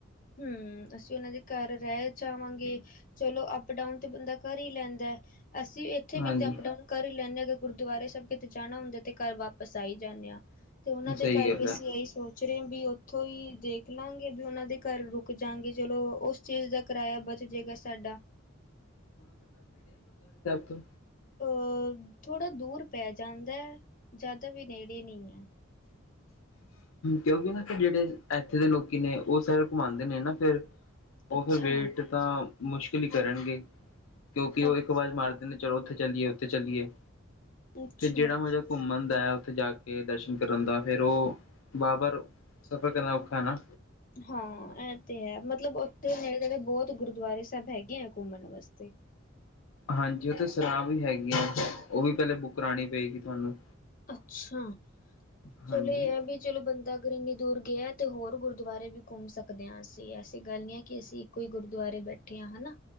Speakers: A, on the left; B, on the left.
A: ਹੂੰ, ਅਸੀਂ ਉਹਨਾਂ ਦੇ ਘਰ ਰਹਿ, ਚਾਵਾਂਗੇ ਚਲੋ ਅਪ ਡਾਊਨ ਤੇ ਬੰਦਾ ਕਰ ਹੀ ਲੈਂਦਾ। ਅਸੀਂ ਇੱਥੇ
B: ਹਾਂਜੀ।
A: ਵੀ ਤੇ ਅਪਡਾਊਨ ਕਰ ਹੀ ਲੈਂਦੇ ਹਾਂ ਗੁਰਦੁਆਰੇ ਸਭ ਕਿਤੇ, ਜਾਣਾ ਹੁੰਦਾ ਤੇ ਘਰ ਬਾਪ ਫਸਾਈ ਜਾਂਦੇ ਹਾਂ ਤੇ ਉਹਨਾਂ ਦੇ
B: ਸਹੀ
A: ਕਰਕੇ
B: ਗੱਲ
A: ਅਸੀਂ
B: ਹੈ।
A: ਇਹੀ ਸੋਚ ਰਹੇ ਹਾਂ ਵੀ ਉੱਥੋਂ ਹੀ ਦੇਖ ਲਾਂਗੇ ਵੀ ਉਹਨਾਂ ਦੇ ਕਰਵ ਰੁਕ ਜਾਗੇ ਚਲੋ ਉਸ ਚੀਜ਼ ਦਾ ਕਿਰਾਇਆ ਬਚ ਜੇਗਾ ਸਾਡਾ
B: ਤੋ,
A: ਅ ਥੋੜ੍ਹਾ ਦੂਰ ਪੈ ਜਾਂਦਾ ਜ਼ਿਆਦਾ ਵੀ ਨੇੜੇ ਨਹੀਂ ਹੈ।
B: ਕਿਉਂਕਿ ਨਾ ਜਿਹੜੇ ਇੱਥੇ ਦੇ ਲੋਕੀ ਨੇ ਉਹ ਸਾਰੇ ਘੁਮਾਦੇ ਨੇ ਨਾ ਫਿਰ ਉਹ
A: ਅੱਛਾ,
B: ਫਿਰ ਵੇਟ ਤਾਂ, ਮੁਸ਼ਕਿਲ ਹੀ ਕਰਨਗੇ, ਕਿਉਂਕਿ ਉਹ
A: ਅੱਛ
B: ਇੱਕ ਆਵਾਜ਼ ਮਾਰਦੇ ਨੇ, ਚਲੋ ਉੱਥੇ ਚੱਲੀਏ ਉੱਥੇ ਚੱਲੀਏ,
A: ਅੱਛਾ,
B: ਫੇਰ ਜਿਹੜਾ
A: ਅੱਛਾ।
B: ਮਜਾ ਘੁੰਮਣ ਦਾ, ਉੱਥੇ ਜਾ ਕੇ ਦਰਸ਼ਨ ਕਰਨ ਦਾ ਫੇਰ ਉਹ ਬ ਬਾਰ ਸਫ਼ਰ ਕਰਨਾ ਔਖਾ ਨਾ,
A: ਹਾਂ ਇਹ ਤੇ ਹੈ ਮਤਲਬ ਉੱਥੇ ਨੇੜੇ-ਤੇੜੇ ਬਹੁਤ, ਗੁਰਦੁਆਰੇ ਸਾਹਿਬ ਹੈਗੇ ਆ ਘੁੰਮਣ ਵਾਸਤੇ,
B: ਹਾਂਜੀ ਉਥੇ ਸ਼ਰਾਬ ਵੀ ਹੈਗੀਆਂ ਉਹ ਵੀ ਪਹਿਲੇ ਬੁੱਕ ਕਰਾਣੀ ਪਏਗੀ। ਹੂੰ,
A: ਅੱਛਾ, ਚਲੋ
B: ਹਾਂਜੀ
A: ਇਹ ਵੀ ਚਲੋ ਬੰਦਾ ਅਗਰ ਇੰਨੀ ਦੂਰ ਗਿਆ। ਤੇ ਹੋਰ ਗੁਰਦੁਆਰੇ ਵੀ ਘੁੰਮ ਸਕਦੇ ਹਾਂ, ਅਸੀਂ ਐਸੀ ਗੱਲ ਨੀ ਹੈ ਕਿ ਅਸੀਂ ਇੱਕੋ ਹੀ ਗੁਰਦੁਆਰੇ ਬੈਠੇ ਹਾਂ ਹਨਾ।